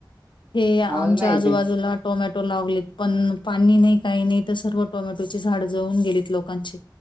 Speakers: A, on the left; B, on the right.
A: हे आमच्या
B: आवाज नाही
A: आजूबाजूला
B: येते
A: - टोमॅटो लावलेत. पण पाणी नाही काही नाही तर सर्व टोमॅटोचे झाड जळून गेलीत लोकांचे.